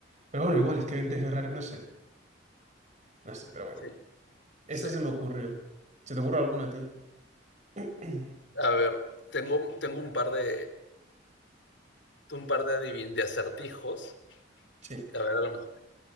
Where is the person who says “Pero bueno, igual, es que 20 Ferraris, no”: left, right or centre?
Right